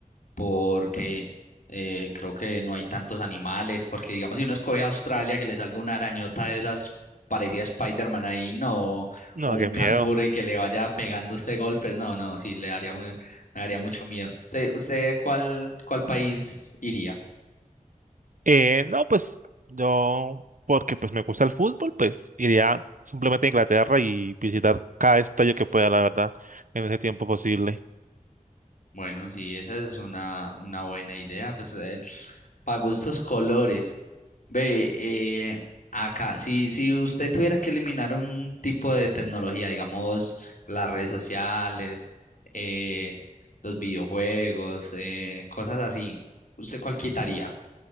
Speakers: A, on the left (about 65°); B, on the right (about 65°).
A: porque eh, creo que no hay tantos animales, porque digamos, si uno escoge a Australia, que le salga una arañota de esas parecida a Spider-Man ahí, no, o
B: No,
A: un
B: qué miedo.
A: canguro y que le vaya pegando este golpe, no, no, sí, le daría, mu- me daría mucho miedo. ¿Usted, usted cuál, cuál país iría?
B: Eh, no, pues yo, porque pues me gusta el fútbol, pues iría simplemente a Inglaterra y visitar cada estadio que pueda, la verdad, en ese tiempo posible.
A: Bueno, sí, esa es una, una buena idea. Pues para gustos colores. Ve, eh, acá, si, si usted tuviera que eliminar un tipo de tecnología, digamos, las redes sociales, eh, los videojuegos, eh, cosas así, ¿usted cuál quitaría?